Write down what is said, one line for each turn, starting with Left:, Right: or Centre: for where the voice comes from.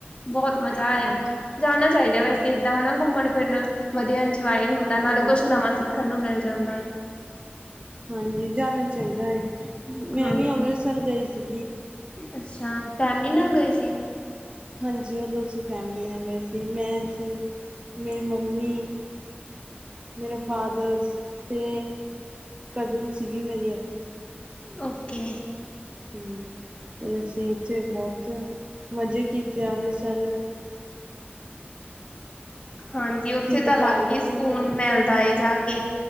Left: ਬੋਤ ਮਜ਼ਾ ਆਇਆ।
Right: ਹਾਂਜੀ
Left: ਜਾਣਾ ਚਾਈਦਾ ਵੈਸੇ ਏਦਾਂ ਹਨਾ ਘੁੰਮਣ ਫਿਰਨ, ਵਧੀਆ ਇੰਜੋਏ ਹੁੰ ਨਾਲੇ
Right: ਹਾਂਜੀ
Left: ਕੁਛ ਨਵਾਂ ਸਿੱਖਣ ਨੂੰ ਮਿਲ ਜਾਂਦਾ ਏ।
Right: ਹਾਂਜੀ ਜਾਣਾ ਚਾਈਦਾ ਏ, ਮੈਂ
Left: ਹੂੰ
Right: ਵੀ ਅੰਮ੍ਰਿਸਰ ਗਈ ਸੀਗੀ।
Left: ਅੱਛਾ ਫੈਮਿਲੀ ਨਾਲ ਗਏ ਸੀ।
Right: ਹਾਂਜੀ ਓਦੋਂ ਅਸੀਂ ਫੈਮਿਲੀ ਨਾਲ ਗਏ ਸੀ, ਮੈਂ ਸੀ ਮੇਰੀ ਮੰਮੀ।
Left: <inaudible>
Right: ਮੇਰਾ ਫਾਦਰ ਤੇ ਕਜ਼ਨ ਸੀਗੀ ਮੇਰੀ ਇੱਕ।
Left: ਓਕੇ।
Right: ਹੂੰ ਅਸੀਂ ਏਥੇ ਬੋਤ ਮਜ਼ੇ ਕੀਤੇ ਅੰਮ੍ਰਿਤਸਰ।
Left: ਹਾਂਜੀ ਓਥੇ
Right: ਅਸੀਂ ਬਾਜ਼ਾਰ
Left: ਤਾਂ ਲੱਗ
Right: ਵੀ
Left: ਈ ਸਕੂਨ
Right: ਘੁੰਮੇ
Left: ਮਿਲਦਾ ਏ ਜਾ ਕੇ।